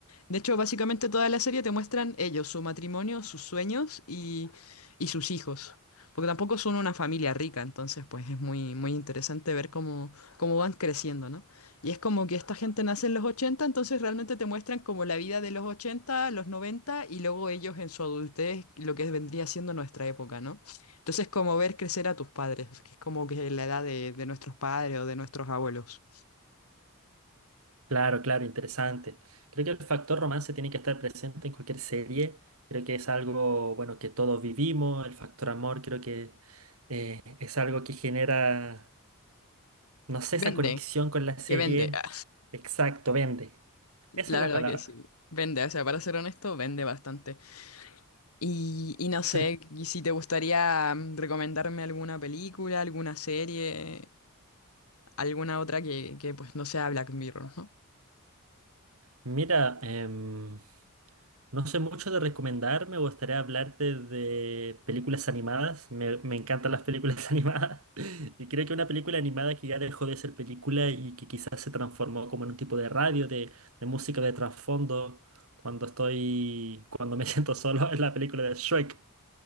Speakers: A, on the left (about 85°); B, on the right (about 75°).
A: De hecho, básicamente toda la serie te muestran ellos, su matrimonio, sus sueños y, y sus hijos. Porque tampoco son una familia rica, entonces pues es muy, muy interesante ver cómo, cómo van creciendo, ¿no? Y es como que esta gente nace en los ochenta entonces realmente te muestran como la vida de los 80 los 90 y luego ellos en su adultez, lo que vendría siendo nuestra época, ¿no? Entonces, como ver crecer a tus padres, que es como que la edad de, de nuestros padres o de nuestros abuelos.
B: Claro, claro, interesante. Creo que el factor romance tiene que estar presente en cualquier serie. Creo que es algo, bueno, que todos vivimos. El factor amor creo que eh, es algo que genera, no sé,
A: Vende,
B: esa conexión con la serie.
A: que vende. Ah,
B: Exacto, vende. Esa
A: La
B: es la
A: verdad
B: palabra.
A: que sí. Vende, o sea, para ser honesto, vende bastante. Y, y no
B: <laughs>
A: sé, y si te gustaría mm, recomendarme alguna película, alguna serie, alguna otra que, que, pues no sea Black Mirror, ¿no?
B: Mira, em, no sé mucho de recomendar, me gustaría hablarte de películas animadas. Me, me encantan las películas <laughs> animadas. Y creo que una película animada que ya dejó de ser película y que quizás se transformó como en un tipo de radio, de, de música de trasfondo, cuando estoy, cuando me <laughs> siento solo, es la película de Shrek.